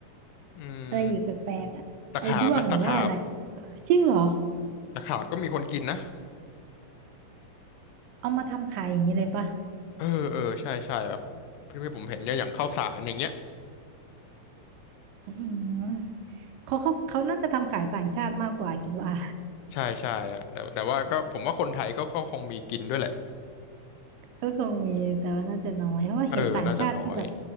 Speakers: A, on the left; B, on the right.
A: อืม
B: อะไรอีกแปลกๆอ่ะไอ้ด้วงหรือว่าอะไร
A: ตะขาบไหมตะขาบ
B: จริงเหรอ
A: ตะขาบก็มีคนกินนะ
B: เอามาทำขายอย่างนี้เลยปะ
A: เออเออใช่ใช่แบบที่ผมเห็นเนี่ยอย่างข้าวสารอย่างเงี้ย
B: อืมเขาเขาเขาน่าจะทำขายต่างชาติมากกว่าคิดว่า
A: ใช่ใช่อะแต่แต่ว่าก็ผมว่าคนไทยก็ก็คงมีกินด้วยแหละ
B: <laughs> ก็คงมีแต่ว่าน่าจะน้อยเพราะว่าเห็นต่างชาติที่แบบ
A: เออน่าจะน้อย